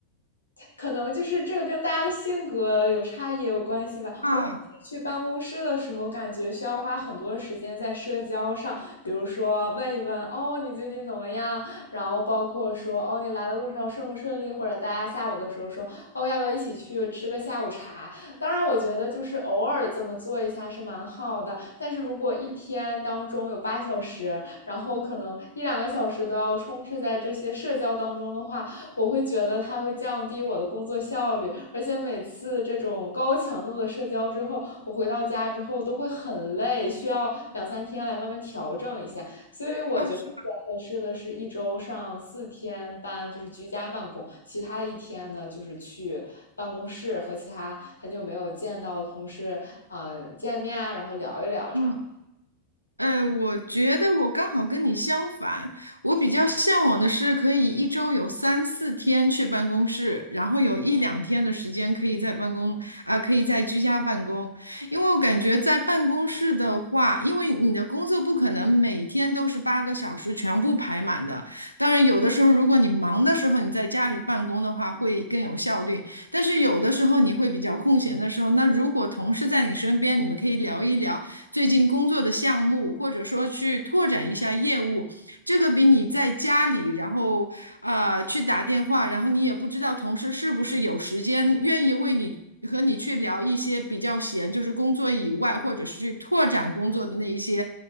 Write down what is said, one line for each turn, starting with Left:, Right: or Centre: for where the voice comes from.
Left: 可能就是这个跟大家的性格有差异也有关系吧。
Right: 啊
Left: 我每次去办公室的时候，感觉需要花很多时间在社交上，比如说问一问哦你最近怎么样，然后包括说哦你来的路上顺不顺利，或者大家下午的时候说哦要不要一起去吃个下午茶。当然，我觉得就是偶尔这么做一下是蛮好的，但是如果一天当中有八小时，然后可能一两个小时都要充斥在这些社交当中的话，我会觉得它会降低我的工作效率，而且每次这种高强度的社交之后，我回到家之后都会很累，需要两三天来慢慢调整一下。所以我觉得比较合适的是一周上四天班，
Right: 啊，是吗？
Left: 就是居家办公，其他的一天呢就是去办公室和其他很久没有见到的同事啊、呃见面啊，然后聊一聊这样
Right: 嗯呃，我觉得我刚好跟你相反，我比较向往的是可以一周有三四天去办公室，然后有一两天的时间可以在办公啊、可以在居家办公。因为我感觉在办公室的话，因为你的工作不可能每天都是八个小时全部排满的。当然，有的时候如果你忙的时候你在家里办公的话，会更有效率。但是有的时候你会比较空闲的时候，那如果同事在你身边，你们可以聊一聊。最近工作的项目，或者说去拓展一下业务，这个比你在家里，然后呃去打电话，然后你也不知道同事是不是有时间愿意为你和你去聊一些比较闲，就是工作以外，或者是去拓展工作的那一些